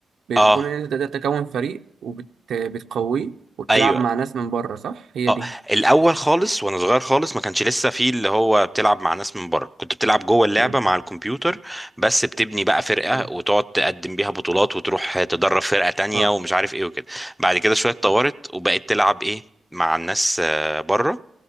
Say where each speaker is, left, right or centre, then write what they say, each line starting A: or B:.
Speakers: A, on the right (about 70°); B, in the centre.
A: بيكون
B: اه
A: ان انت تقدر تكون فريق وبتقويه وبتلعب
B: ايوه
A: مع ناس من بره صح هي
B: اه
A: دي
B: الاول خالص وانا صغير خالص ما كانش لسه فيه اللي هو بتلعب مع ناس من بره كنت بتلعب جوه اللعبه
A: مم.
B: مع الكمبيوتر بس بتبني بقى فرقه
A: مم.
B: وتقعد تقدم بيها بطولات وتروح تدرب فرقه تانية
A: اه
B: ومش عارف ايه وكده بعد كده شويه اتطورت
A: اه
B: وبقيت تلعب ايه مع الناس آه، بره